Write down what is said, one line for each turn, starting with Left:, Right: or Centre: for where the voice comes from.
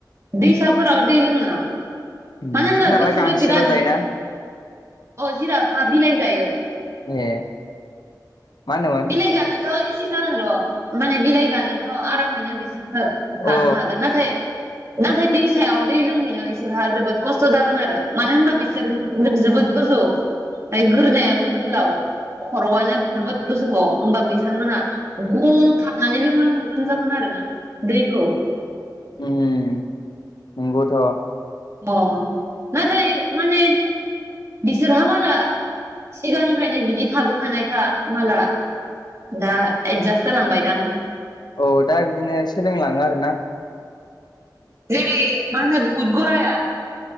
Right: दैसाफोराव दै लोंनो मानो
Left: उम
Right: होनब्ला
Left: जुनारा
Right: बिसोरो
Left: गांसोल'
Right: बिराद <unintelligible>
Left: जायोना
Right: अ जिराफा बिलाइ जायो।
Left: ए मा होनोमोन
Right: बिलाइ जानोथ' इजि जागोन र' माने बिलाइ जानोथ' आरामैनो बि <unintelligible>
Left: औ
Right: हागोन नाथाय नाथाय दैसायाव दै लोंहैनायाव बिसोरहा जोबोद खस्थ' जागोन आरो मानो होनबा बिसोर जोबोद गोजौ ओमफ्राय गोरोनायाबो गोलाव खर'आनो बिनो <unintelligible> गोजौआव होमबा बिथांमोनहा गम थाबनानै लोंनांगोन जागोन आरो ना दैखौ
Left: उम नंगौथ'
Right: अ नाथाय माने बिसोरहा माला सिगांनिफ्रायनो बिदि थाबोखानायखा माला दा एडजास्ट जालांबाय दां
Left: औ दा बिदिनो सोलों लाङो आरो ना
Right: जेरै मा होनो उद गराया